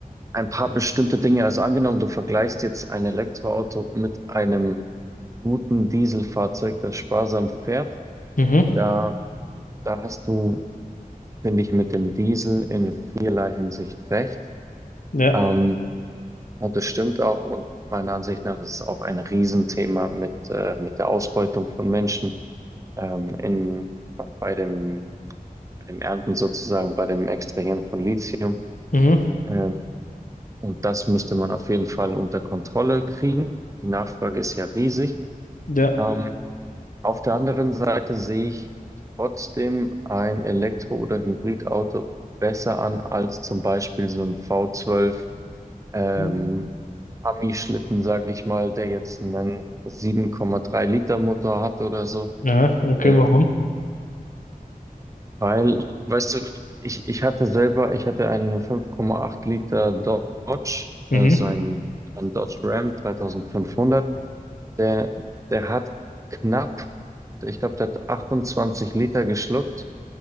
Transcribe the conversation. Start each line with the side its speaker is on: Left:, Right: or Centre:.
Right: ein paar bestimmte Dinge. Also angenommen, du vergleichst jetzt ein Elektroauto mit einem guten Dieselfahrzeug, das sparsam fährt.
Left: mhm,
Right: Da, da hast du, finde ich, mit dem Diesel in vielerlei Hinsicht recht.
Left: ja,
Right: Ähm, und das stimmt auch. Und meiner Ansicht nach ist es auch ein Riesenthema mit, äh, mit der Ausbeutung von Menschen ähm, in, bei, bei dem, bei dem Ernten sozusagen, bei dem Extrahieren von Lithium.
Left: mhm,
Right: Ähm, Und das müsste man auf jeden Fall unter Kontrolle kriegen. Die Nachfrage ist ja riesig.
Left: ja.
Right: Ähm, auf der anderen Seite sehe ich trotzdem ein Elektro- oder Hybridauto besser an als zum Beispiel so ein V12 ähm,
Left: Mhm.
Right: Ami-Schlitten, sage ich mal, der jetzt einen 7,3 Liter Motor hat oder so.
Left: Ja, okay,
Right: Äh,
Left: warum?
Right: weil, weißt du, ich, ich hatte selber, ich hatte einen 5,8 Liter Dodge, äh,
Left: Mhm,
Right: so ein, ein Dodge Ram 3500. Der, der hat knapp, ich glaube, der hat 28 Liter geschluckt